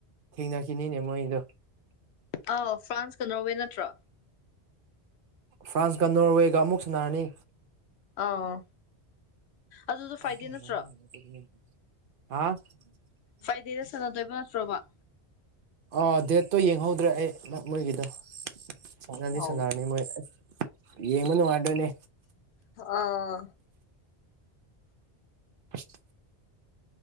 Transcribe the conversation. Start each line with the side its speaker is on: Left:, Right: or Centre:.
Right: ꯊꯦꯡꯅꯈꯤꯅꯤꯅꯦ ꯃꯣꯏꯗꯣ
Left: ꯑ ꯐ꯭ꯔꯥꯟꯁꯀ ꯅꯧꯋꯦ ꯅꯠꯇ꯭ꯔꯣ
Right: ꯐ꯭ꯔꯥꯟꯁꯀ ꯅꯣꯔꯋꯦꯒ ꯑꯃꯨꯛ ꯁꯥꯟꯅꯔꯅꯤ
Left: ꯑꯥ ꯑꯗꯨꯗꯣ
Right: <unintelligible>
Left: ꯐ꯭ꯔꯥꯏꯗꯦ ꯅꯠꯇ꯭ꯔꯣ ꯐ꯭ꯔꯥꯏꯗꯦꯗ ꯁꯥꯟꯅꯗꯣꯏꯕ ꯅꯠꯇ꯭ꯔꯣꯕ
Right: ꯑꯥ ꯗꯦꯠꯇꯣ ꯌꯦꯡꯍꯧꯗ꯭ꯔꯦ ꯑꯩ ꯃꯣꯏꯒꯤꯗꯣ ꯁꯅꯗꯤ
Left: ꯑꯥꯎ
Right: ꯁꯥꯟꯅꯔꯅꯤ ꯃꯣꯏ ꯌꯦꯃꯅ ꯃꯥꯣꯅꯦ
Left: ꯑꯥ
Right: ꯑꯁ